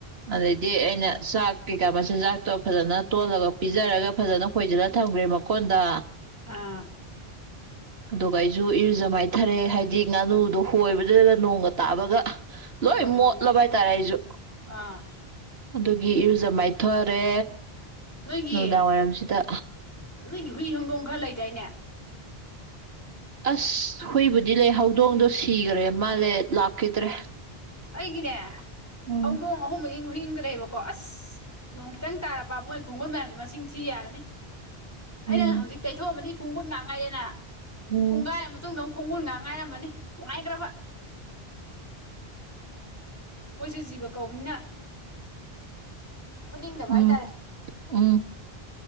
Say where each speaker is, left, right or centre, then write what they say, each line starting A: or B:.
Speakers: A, on the right; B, on the left.
A: ꯑꯗꯩꯗꯤ ꯑꯩꯅ ꯆꯥꯛ ꯀꯩꯀꯥ ꯃꯆꯤꯟꯖꯥꯛꯇꯣ ꯐꯖꯅ ꯇꯣꯜꯂꯒ ꯄꯤꯖꯔꯒ ꯐꯖꯅ ꯈꯣꯏꯖꯤꯜꯂ ꯊꯝꯈ꯭ꯔꯦ ꯀꯟꯗ
B: ꯑꯥ
A: <unintelligible> ꯑꯗꯨꯒ ꯑꯩꯁꯨ ꯏꯔꯨꯖ ꯃꯥꯏꯊꯔꯦ ꯍꯥꯏꯗꯤ ꯉꯥꯅꯨꯗꯣ ꯍꯣꯏꯕꯗꯨꯒ ꯅꯣꯡꯒ ꯇꯥꯕꯒ ꯂꯣꯏ
B: ꯍꯣꯏ
A: ꯃꯣꯠꯂꯕ
B: ꯃꯥꯅꯦ
A: ꯍꯥꯏꯇꯥꯔꯦ ꯑꯩꯁꯨ
B: ꯑꯥ
A: ꯑꯗꯨꯒꯤ ꯏꯔꯨꯖ ꯃꯥꯏꯊꯔꯦ
B: ꯅꯣꯏꯒꯤ
A: ꯅꯨꯡꯗꯥꯡ ꯋꯥꯏꯔꯝꯁꯤꯗ
B: ꯅꯣꯏꯒꯤ ꯍꯨꯏ ꯍꯧꯗꯣꯡ ꯈꯔ ꯂꯩꯗꯥꯏꯅꯦ
A: ꯑꯁ ꯍꯨꯏꯕꯨꯗꯤ ꯂꯩ ꯍꯧꯗꯣꯡꯗꯣ ꯁꯤꯒꯔꯦ ꯃꯥꯜꯂꯦ ꯂꯥꯛꯈꯤꯗ꯭ꯔꯦ
B: ꯑꯩꯒꯤ ꯅꯦ
A: ꯎꯝ
B: ꯍꯧꯗꯣꯡ ꯑꯍꯨꯝ ꯃꯔꯤ ꯑꯃꯒꯥ ꯍꯨꯏ ꯑꯃꯒꯥ ꯂꯩꯑꯦ ꯕꯀꯣ ꯑꯁ ꯅꯣꯡ ꯈꯤꯇꯪ ꯇꯥꯔꯕ ꯃꯣꯏ ꯈꯣꯡꯒꯟ ꯃꯌꯥꯝꯁꯦ ꯃꯁꯤꯡ ꯊꯤ ꯌꯥꯔꯅꯤ
A: ꯎꯝ
B: ꯑꯩꯅ ꯍꯧꯖꯤꯛ ꯇꯩꯊꯣꯛꯑꯃꯅꯤ ꯈꯣꯡꯒꯨꯟ ꯉꯥꯛ ꯉꯥꯏꯔꯦꯅ
A: ꯎꯝ
B: ꯄꯨꯡꯒꯥꯏ ꯃꯇꯨꯡꯗ ꯑꯃꯨꯛ ꯈꯣꯡꯒꯨꯟ ꯉꯥꯛ ꯉꯥꯏꯔꯝꯃꯅꯤ ꯅꯨꯡꯉꯥꯏꯈ꯭ꯔꯕ ꯃꯣꯏꯁꯨ ꯖꯤꯕ ꯀꯧꯕꯅꯤꯅ ꯐꯨꯠꯅꯤꯡꯗꯕ
A: ꯎꯝ
B: ꯍꯥꯏꯇꯥꯔꯦ
A: ꯎꯝ